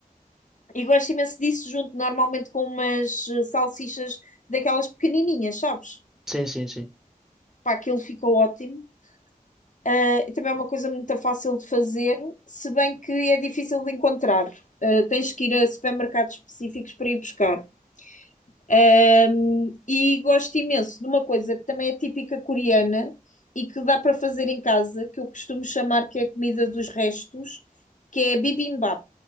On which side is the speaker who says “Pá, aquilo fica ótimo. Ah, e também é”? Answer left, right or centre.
Left